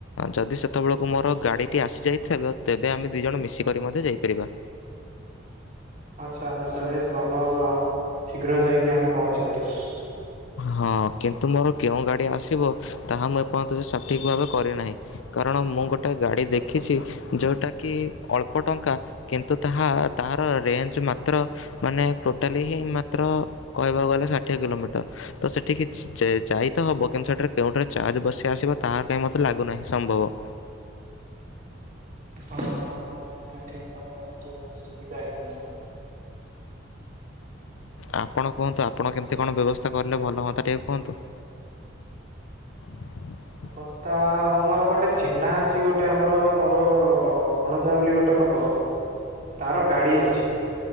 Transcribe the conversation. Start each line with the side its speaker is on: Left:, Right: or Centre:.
Left: ଯଦି ସେତେବେଳକୁ ମୋର ଗାଡ଼ିଟି ଆସିଯାଇ ଥିବ ତେବେ ଆମେ ଦି ଜଣ ମିଶିକରି ମଧ୍ୟ ଯାଇପାରିବା।
Right: ଆଚ୍ଛା ଆଚ୍ଛା ତ ବେଶ୍ ଭଲ ହବ ଆଉ ଶୀଘ୍ର ଯାଇକି ଆମେ ପହଞ୍ଚି ପାରିବା।
Left: ହଁ କିନ୍ତୁ ମୋର କେଉଁ ଗାଡ଼ି ଆସିବ ତାହା ମୁଁ ଏପର୍ଯ୍ୟନ୍ତ ସଠିକ୍ ଭାବେ କରି ନାହିଁ। କାରଣ ମୁଁ ଗୋଟେ ଗାଡ଼ି ଦେଖିଚି ଯୋଉଟାକି ଅଳ୍ପ ଟଙ୍କା କିନ୍ତୁ ତାହା ତାର ରେଞ୍ଜ୍ ମାତ୍ର ମାନେ ଟୋଟାଲି ହିଁ ମାତ୍ର କହିବାକୁ ଗଲେ ଷାଠିଏ କିଲୋମିଟର୍। ତ ସେଠିକି ଚେ ଯାଇ ତ ହବ କିନ୍ତୁ ସେଠାରେ କେଉଁଠାରେ ଚାର୍ଜ ବସି ଆସିବ ତା କାଇଁ ମତେ ଲାଗୁନାହିଁ ସମ୍ଭବ।
Right: ହଁ-ହଁ ସେଟା ଠିକ୍ କଥା ଟିକେ ଅସୁବିଧା ହେଇଯିବ।
Left: ଆପଣ କୁହନ୍ତୁ ଆପଣ କେମ୍ତି କଣ ବ୍ୟବସ୍ଥା କରିଲେ ଭଲ ହୁଅନ୍ତା ଟିକେ କୁହନ୍ତୁ? <inaudible>
Right: ବସ୍ଥା ଆମର ଗୋଟେ ଚିହ୍ନା ଅଛି ଗୋଟେ ଆମର ମୋର ଭଣଜା ବୋଲି ଗୋଟେ ହବ ତାର ଗାଡି ଅଛି